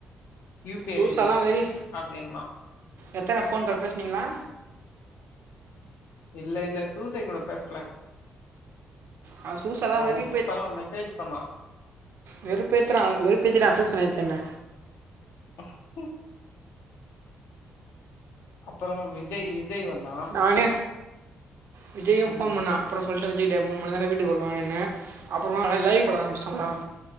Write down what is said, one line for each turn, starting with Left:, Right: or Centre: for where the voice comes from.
Left: U P
Right: புதுசல்லா
Left: I I D
Right: வெரி
Left: அப்டின்னா
Right: எத்தன ஃபோன் கால் பேசுனீங்களா
Left: இல்ல இல்ல சூசை கூட பேசல
Right: அவன் சூஸெல்லாம்
Left: அவ
Right: வெறி
Left: இப்பதா மெசேஜ் பண்ணா
Right: வெறுப்பேத்திர வெறுப்பேத்திட்டா சூசை நேத்து என்ன
Left: உஹ அப்புறோ விஜய் விஜய் வந்தா
Right: நானு விஜயு
Left: ம்
Right: ஃபோன் பண்ணா அப்றோ சொல்லிட்டே விஜய்ட்ட மூணு மணிக்கு தா வீட்டுக்கு வருவான்னு அப்புறம்மா லைவ் போட ஆரம்பிச்சட்டோங்களா
Left: ம்